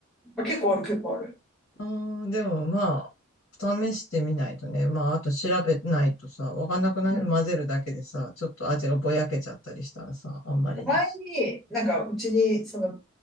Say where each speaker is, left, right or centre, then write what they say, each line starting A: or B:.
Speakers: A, in the centre; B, on the left.
A: まあ、結構ある、結構ある。
B: あーでもまあ、試してみないとね。まあ、あと調べないとさ、わかんなくない混ぜるだけでさ、
A: うん。
B: ちょっと味がぼやけちゃったりしたらさ、あんまりだし。
A: 前に、なんか、うちに、その、